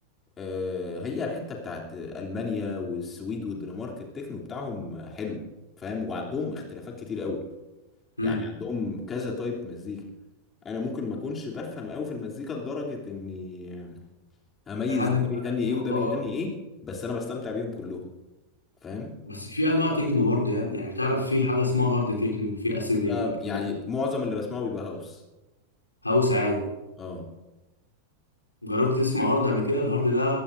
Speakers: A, on the left; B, on the left.
A: آه، هي الحتة بتاعت المانيا والسويد والدنمارك التكنو بتاعهم حلو فاهم وعندهم اختلافات كتير قوي
B: امم
A: يعني عندهم كذا تايب مزيكا انا ممكن ما اكونش بفهم قوي في المزيكا لدرجه اني اميز
B: تحدد
A: ده بيغني
B: بقى التكنو.
A: ايه وده
B: اه
A: بيغني ايه بس انا بستمتع بيهم كلهم فاهم
B: بس في انواع تكنو برضه يا ابني يعني تعرف في حاجه اسمها هارد تكنو في اسيديك
A: لا يعني
B: في
A: معظم اللي بسمعه بيبقى هاوس
B: هاوس عادي
A: اه
B: جربت تسمع هارد قبل كده الهارد ده